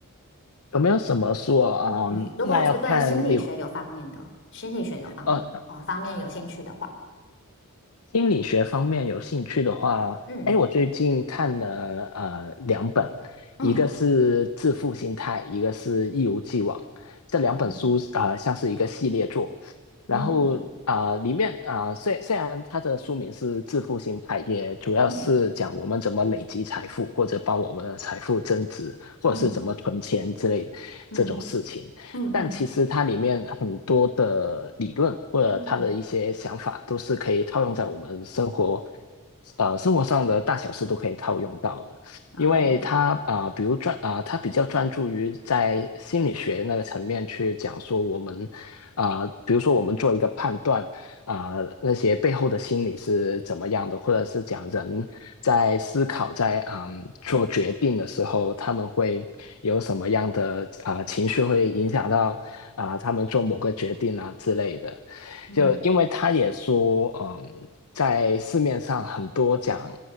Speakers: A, on the left; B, on the left.
A: 有没有什么说啊、
B: 嗯，
A: 嗯那要看你
B: 如果我是对心理学有方面的，心理学有方面哦方面有兴趣的话，
A: 呃，哦心理学方面有兴趣的话，
B: 嗯
A: 哎，我最近看了呃两本，
B: 嗯
A: 一个是《致富心态》，一个是《一如既往》，这两本书啊、
B: 嗯，
A: 呃像是一个系列作。
B: 嗯嗯
A: 然后啊、呃里面啊、呃虽虽然它的书名是《致富心态》，也主要是讲我们怎么累积财富，
B: 嗯
A: 或者帮我们的财富增值，或者是怎么存钱之类这种事情。
B: 嗯嗯嗯嗯
A: 但其实它里面很多的理论或者它的一些想法，
B: 嗯，
A: 都是可以套用在我们生活，呃，生活上的大小事都可以套用到的。
B: 嗯哦。
A: 因为它啊、呃比如专啊、它比较专注于在心理学那个层面去讲说我们啊、呃比如说我们做一个判断，啊、那些背后的心理是怎么样的，或者是讲人在思考在嗯做决定的时候，他们会有什么样的啊、情绪会影响到啊、他们做某个决定啊之类的。
B: 嗯
A: 就因为他也说，嗯，在市面上很多讲